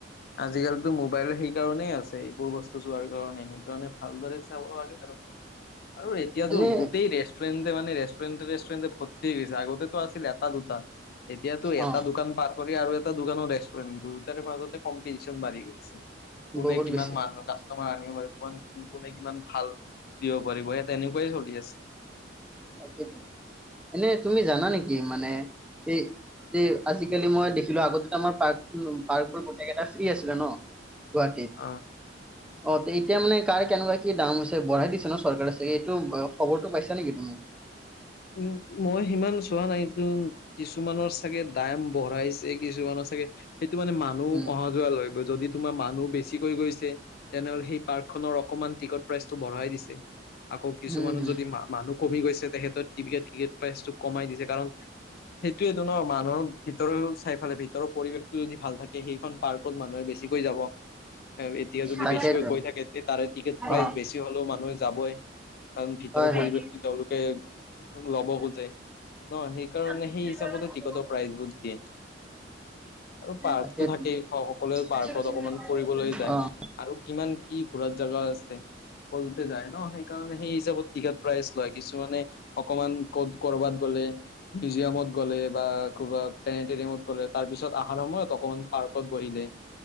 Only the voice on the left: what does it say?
আজিকালিতো মোবাইল সেইকাৰণেই আছে, এইবোৰ বস্তু চোৱাৰ কাৰণে সেইকাৰণে ভালদৰে চাব লাগে আৰু।
আৰু এতিয়াতো
গোটেই ৰেষ্টুৰেণ্টে মানে ৰেষ্টুৰেণ্টেৰে ফৰ্তি গৈছে আগতেতো আছিল এটা দুটা, এতিয়াতো এটা
দোকান পাৰ কৰি আৰু এটা দোকানৰ ৰেষ্টুৰেণ্ট দুতাৰ মাজতে কম্পিটিচন বাঢ়ি গৈছে। কোনে
কিমান
মানুত আ তমাৰ আনিব পাৰিব কোনে কিমান ভাল দিব পাৰিব সেই তেনেকুৱাই চলি আছে?
অ',
উম মই সিমান চোৱা নাই। কিছুমানৰ চাগে দাম বঢ়াইছে? কিছুমানৰ চাগে সেইটো মানে মানুহ
অহা যোৱা লৈ গৈ যদি তোমাৰ মানুহ বেছিকৈ গৈছে তেনেহলে সেই পাৰ্ক খনৰ অকনমান টিকট প্ৰাইচটো বঢ়াই দিছে। আকৌ কিছুমানৰ
যদি মানুহ কমি গৈছে তেখেতৰ টিকট ক্ৰিকেট প্ৰাইছটো কমাই দিছে কাৰণ সেইটোৱেটো ন মানুহৰ ভিতৰ চাই পালে ভিতৰৰ পৰিৱেশটো যদি ভাল থাকে সেইখন পাৰ্কত মানুহে বেছিকৈ যাব। এতিয়া যদি
বেছিকৈ কৈ থাকে তাৰে টিকেট প্ৰাইচ
বেছি হলেও মানুহে যাবই। কাৰণ ভিতৰ
পৰিৱেশটো তেওঁলোকে ল'ব খোজে
ন? সেইকাৰণে
সেই হিচাপতে টিকটৰ প্ৰাইচ বোৰ দিয়ে। আৰু পাৰ্কতটো
থাকেই সকলোৱে পাৰ্কত
অকমান ফুৰিবলৈ যায়
আৰু কিমান কি ঘোৰাত জাগা- আছে সকলোটে যাই ন? সেইকাৰে সেই হিচাপত লয় কিছুমানে কাৰন কত কৰবাত গলে মিউজিয়ামত গ'লে বা ক'ৰবাত পেনেটেৰিয়ামত গ'লে তাৰপিছত অহাৰ সময়ত অকমান পাৰ্কত বহিলে